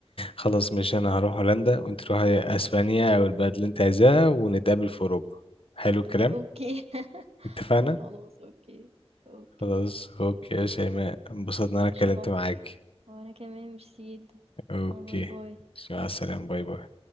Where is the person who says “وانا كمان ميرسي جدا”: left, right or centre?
Right